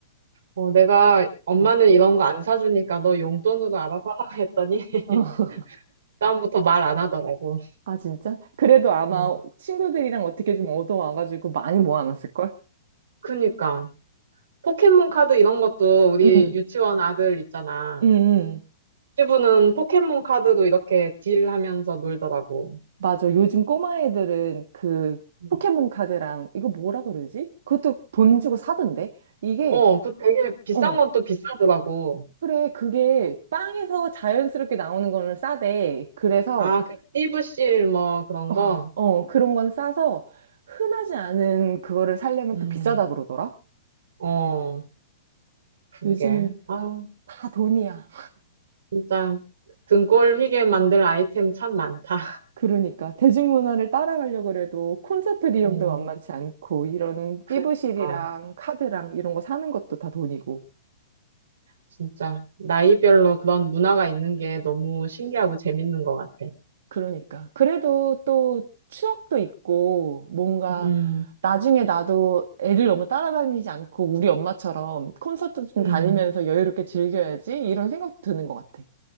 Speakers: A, on the right (about 70°); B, on the right (about 55°).
A: 어, 내가 엄마는
B: 응
A: 이런 거 안 사주니까 너 용돈으로 알아서 하라 했더니 <laughs>
B: 어,
A: 다음부터 말 안 하더라고.
B: 아, 진짜? 그래도 아마
A: 어.
B: 친구들이랑 어떻게 좀 얻어와가지고 많이 모아놨을걸?
A: 그니까. 포켓몬 카드 이런 것도 우리
B: 응,
A: 유치원 아들 있잖아.
B: 응, 응.
A: 친구는 포켓몬 카드로 이렇게 딜하면서 놀더라고.
B: 맞아. 요즘 꼬마 애들은 그
A: 음.
B: 포켓몬 카드랑 이거 뭐라 그러지? 그것도 돈 주고 사던데? 이게,
A: 어, 그 되게 비싼
B: 어,
A: 건 또 비싸더라고.
B: 그래. 그게 빵에서 자연스럽게 나오는 거는 싸대. 그래서,
A: 아, 그 띠부씰 뭐 그런
B: 어,
A: 거?
B: 어, 그런 건 싸서 흔하지 않은 그거를 사려면
A: 음,
B: 또 비싸다 그러더라?
A: 어, 그게.
B: 요즘은
A: 아
B: 다 돈이야.
A: 진짜 등골 휘게 만들 아이템 참 많다.
B: 그러니까 대중문화를 따라가려고 그래도 콘서트 비용도
A: 어,
B: 만만치 않고 이런
A: 그러니까
B: 띠부실이랑 카드랑 이런 거 사는 것도 다 돈이고
A: 진짜 나이별로 그런 문화가 있는 게 너무 신기하고 재밌는 것 같아.
B: 그러니까 그래도 또 추억도 있고 뭔가
A: 음,
B: 나중에 나도 애들 너무 따라다니지 않고 우리 엄마처럼 콘서트 좀
A: 음,
B: 다니면서 여유롭게 즐겨야지 이런 생각도 드는 것 같아.